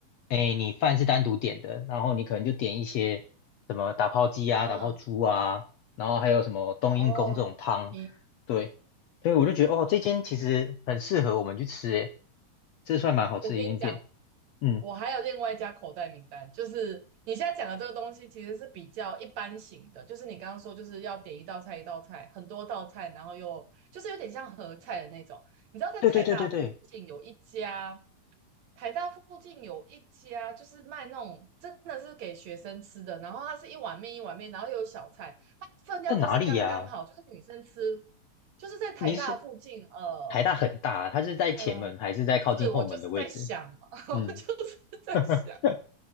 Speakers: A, on the left; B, on the right.
A: 哎，你饭是单独点的，然后你可能就点一些什么打泡鸡啊、
B: 嗯，
A: 打泡猪啊，然后还有什么冬阴功这种汤，
B: 哦，你。
A: 对，所以我就觉得哦，这间其实很适合我们去吃，诶，这算蛮好吃的一间店。
B: 我跟你讲，
A: 嗯，
B: 我还有另外一家口袋名单，就是你现在讲的这个东西，其实是比较一般型的，就是你刚刚说就是要点一道菜一道菜，很多道菜，然后又就是有点像合菜的那种。你知道在台大附近有一家，
A: 对对对对对，
B: 台大附近有一家就是卖那种真的是给学生吃的，然后它是一碗面一碗面，然后又有小菜，它分量都是刚刚好，
A: 在哪里呀、
B: 就是女生吃，就是在台大附近，
A: 你是
B: 呃
A: 台大很大啊，它是在前门还是在靠近后门的位置？
B: 呃。是我就是在想嘛，<laughs>
A: 嗯。
B: 我就是在想，
A: <laughs>